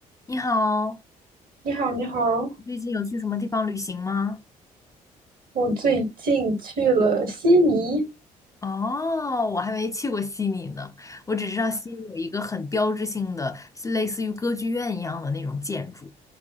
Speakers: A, on the left; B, on the right.
A: 你好，
B: 你好，你好，
A: 最近有去什么地方旅行吗？
B: 我最近去了悉尼，
A: 哦，我还没去过悉尼呢，我只知道悉尼有一个很标志性的，是类似于歌剧院一样的那种建筑。